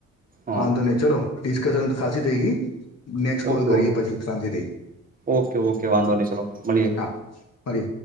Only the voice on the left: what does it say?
વાંધો નહી ચલો ડિસ્કસન ખાસી થઈ ગઈ. નેક્સ્ટ કોલ
કરીએ
પછી શાંતિ થી
હા. ફરિ.